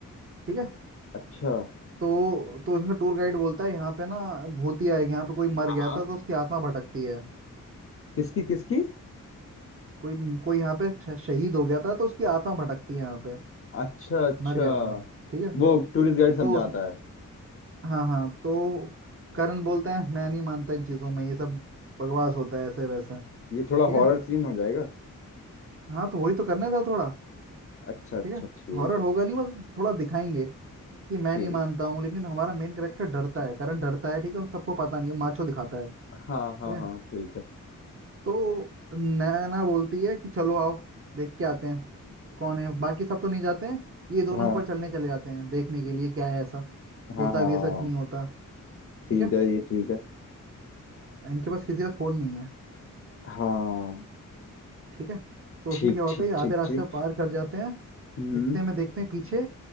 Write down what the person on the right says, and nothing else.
ठीक है
तो तो इसमें टूर गाइड बोलता है यहाँ पे ना भूतिया है यहाँ पे कोई मर
गया था तो उसकी आत्मा भटकती है
कोई कोई यहाँ पे श- शहीद हो गया था तो उसकी आत्मा भटकती है यहाँ पे
मर गया था ना ठीक है
तो उस
हाँ हाँ तो करण बोलता है मैं नहीं मानता इन चीजों में ये सब बकवास होता है ऐसे वैसे
ठीक
है
हाँ तो वही तो करने था थोड़ा
ठीक है
हॉरर
होगा नहीं बस थोड़ा दिखाएंगे कि मैं
नहीं मानता हूँ लेकिन हमारा मेन कैरेक्टर डरता है करण डरता है ठीक है और सबको पता नहीं है माचो दिखाता है
ठीक
है
तो नैना बोलती है कि चलो आओ देख के आते हैं कौन है बाकी सब तो नहीं जाते हैं ये दोनों
ऊपर चलने चले जाते हैं देखने के लिए क्या है ऐसा
होता
भी है, सच नहीं होता ठीक
है
इनके पास किसी का फोन नहीं है
ठीक है तो
उसमें क्या होता
है ये आधे
रास्ते
पार कर जाते हैं
इतने में देखते हैं पीछे